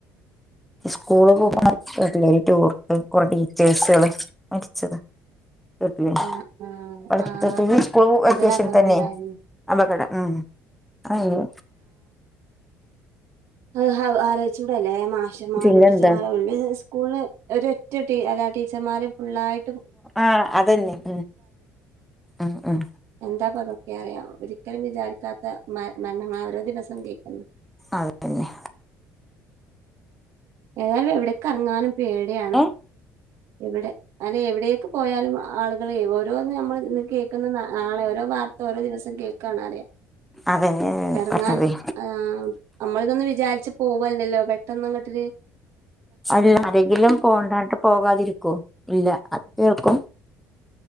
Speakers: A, in the centre; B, on the right (about 60°).
A: സ്കൂള് <unintelligible> ടൂർ കുറേ ടീച്ചേഴ്സുകൾ മരിച്ചത് കേട്ട് ലെ
B: ആഹ് ആഹ്
A: പഠിത്തത്തിന്
B: ആഹ്
A: സ്കൂൾ
B: അതൊരു
A: അത്യാവശ്യം
B: അപകടം
A: തന്നെ
B: ഉണ്ടായിരുന്നു
A: അപകടം ഉം അയ്യേ
B: അഹ് അഹ്ആലോയിചൂട ല്ലേ മാഷന്മാരും
A: പിന്നെന്താ
B: ടീച്ചർമാ <unintelligible> സ്കൂള് ന് ഒരൊറ്റ ടീ അല്ല ടീച്ചർമാരും ഫുള്ളായി
A: ആഹ് അതന്നെ ഉം ഉം ഉം
B: എന്താപ്പതൊക്കെ അറിയ ഒരിക്കലും വിചാരിക്കാത്ത മ മരണങ്ങളാ ഓരോ ദിവസവും കേക്കുന്നു
A: അതന്നെ
B: ഏതാലും എവിടെക്കറ്ങ്ങാനും പേടിയാണ്
A: ഏഹ്
B: എവിടെ അല്ല എവിടേക്ക് പോയാലും ആളുകള് ഓരോന്ന് നമ്മൾ കേ ക്കുന്ന് നാളെ ഓരോ വാർത്ത ഓരോ ദിവസം കേൾക്കാണ് റയ
A: അതന്നെ
B: എറങ്ങാൻ
A: പറഞ്ഞതേ
B: ആഹ് നമ്മളിതൊന്നും വിചാരിച്ച് പോവല്ലല്ലോ പെട്ടന്നങ്ങട്ട് ര്
A: അതെല്ലി ആരെങ്കിലും പോണ്ടാട്ടോ പോകാതിരിക്കോ ഇല്ല അത് കേൾക്കും